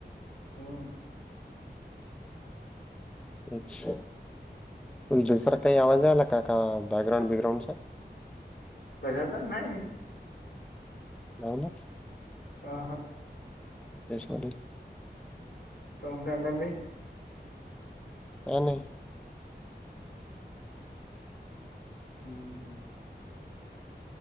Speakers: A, on the left (about 70°); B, in the centre.
A: हम्म.
B: अच्छा! तुला दुसरा काही आवाज आला का का बॅकग्राउंड बिग्राउऊंडचा?
A: कशाचा नाही.
B: नाही ना.
A: आ हा.
B: यश पाटील.
A: हम्म काय झालंय?
B: काय नाही.
A: हम्म हम्.